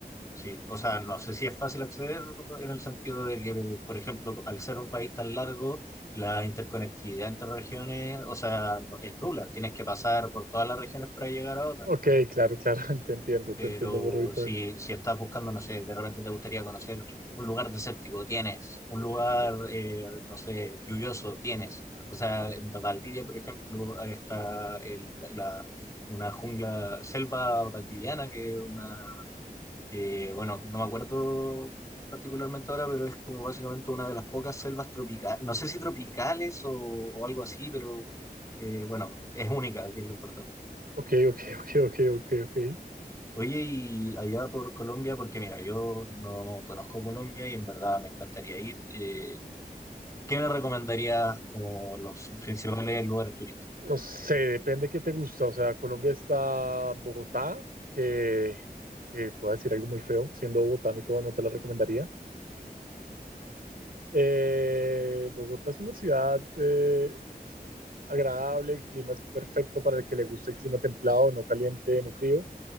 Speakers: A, on the left (about 20°); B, on the right (about 65°).
A: Sí, o sea, no sé si es fácil acceder en el sentido de que, por ejemplo, al ser un país tan largo, la interconectividad entre regiones, o sea, no- es nula. Tienes que pasar por todas las regiones para llegar a otra.
B: Ok, claro, claro, <laughs> te entiendo,
A: Pero
B: te entiendo perfectamente.
A: si, si estás buscando, no sé, de repente te gustaría conocer un lugar desértico, tienes, un lugar, eh, no sé, lluvioso, tienes. O sea, en Valdivia, por ejemplo, ahí está el- la, una jungla, selva valdiviana, que es una, eh, bueno, no me acuerdo particularmente ahora, pero es como básicamente una de las pocas selvas tropicales, no sé si tropicales o, o algo así, pero eh, bueno, es única, que es lo importante.
B: Ok, ok, ok, ok, ok, ok.
A: Oye, y allá por Colombia, porque mira, yo no conozco Colombia y en verdad me encantaría ir. eh, ¿qué me recomendarías como los principales lugares turísticos?
B: No sé, depende qué te gusta. O sea, Colombia está Bogotá, que eh, puedo decir algo muy feo, siendo Bogotá y todo, no te la recomendaría. Eh, Bogotá es una ciudad eh, agradable, el clima es perfecto para el que le guste el clima templado, no caliente, no frío.